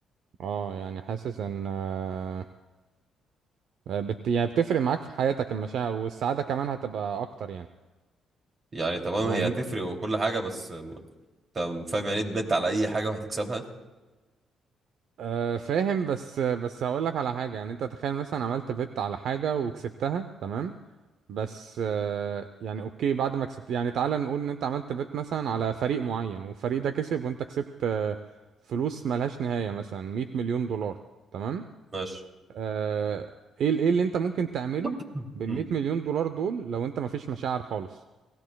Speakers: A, on the right; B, on the right.
A: اه يعني حاسس ان آه، بت... يعني بتفرق معاك في حياتك المشاعر والسعاده كمان هتبقى اكتر يعني
B: يعني تمام
A: يعني
B: هي هتفرق
A: انت
B: وكل حاجه بس طب فاهم يعني ايه تبت على اي حاجه وهتكسبها
A: آه، فاهم بس بس هقول لك على حاجه يعني انت تخيل مثلا عملت بت على حاجه وكسبتها تمام بس آه، يعني اوكي بعد ما كسبت يعني تعالى نقول ان انت عملت بيت مثلا على فريق معين والفريق ده كسب وانت كسبت آه، فلوس ملهاش نهاية مثلا 100 مليون دولار تمام
B: ماشي
A: آه، ايه ال- ايه اللي انت ممكن تعمله
B: <laughs>
A: بال
B: امم
A: 100 مليون دولار دول لو انت مفيش مشاعر خالص